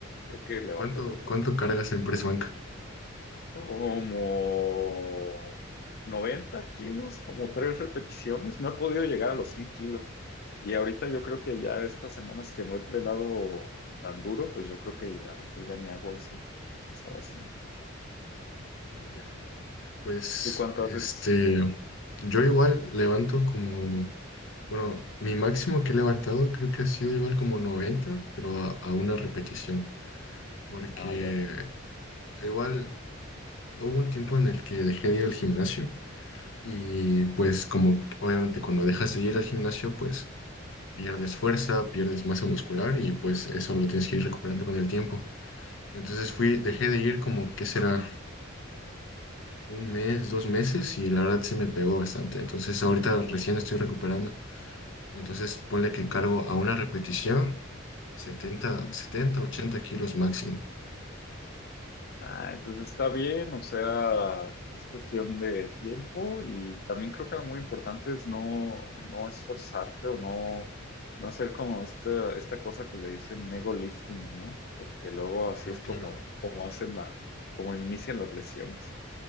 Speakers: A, on the left; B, on the left.
A: creo que levanto
B: ¿Cuánto,
A: como,
B: cuánto cargas en press banca?
A: como 90 kilos, como tres repeticiones, no he podido llegar a los 100 kilos. Y ahorita yo creo que ya estas semanas que no he entrenado tan duro, pues yo creo que a lo mejor ya ni hago eso que estaba haciendo.
B: Ya. Pues,
A: ¿Tú cuánto
B: este,
A: haces?
B: yo igual levanto como, bueno, mi máximo que he levantado creo que ha sido igual como 90 pero a, a una repetición, porque
A: Ah,
B: igual hubo un tiempo en el que dejé de ir al gimnasio y pues como obviamente cuando dejas de ir al gimnasio, pues pierdes fuerza, pierdes masa muscular y pues eso lo tienes que ir recuperando con el tiempo. Entonces fui, dejé de ir como, ¿qué será? un mes, dos meses y la verdad se me pegó bastante. Entonces ahorita recién estoy recuperando. Entonces ponle que cargo a una repetición 70,
A: Sí.
B: 70, 80 kilos máximo.
A: Ah, entonces está bien, o sea, es cuestión de tiempo y también creo que lo muy importante es no, no esforzarte o no, no hacer como esta, esta cosa que le dicen ego lifting, ¿no? Porque luego así
B: Ah,
A: es como,
B: claro.
A: como hacen la, como inician las lesiones.